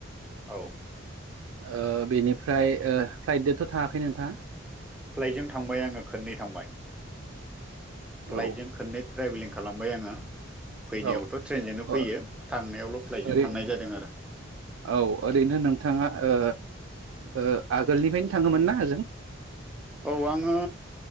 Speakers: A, in the centre; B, on the right.
A: औ
B: ओ बेनिफ्राय ओ फ्लाइददोथ' थाङाखै नोंथाङा?
A: फ्लाइटजों थांबाय आङो खोननै थांबाय फ्लाइटजों
B: औ
A: खननै ट्रेभेलिं खालामबाय आङो फैनायावथ'
B: औ
A: ट्रेनजोंनो
B: ओ
A: फैयो थांनायावल' फ्लाइटजों
B: ओरै
A: थांनाय जादों आरो
B: औ ओरैनो नोंथाङा ओ ओ आगोलनिफ्रायनो थाङोमोनना ओजों
A: औ आङो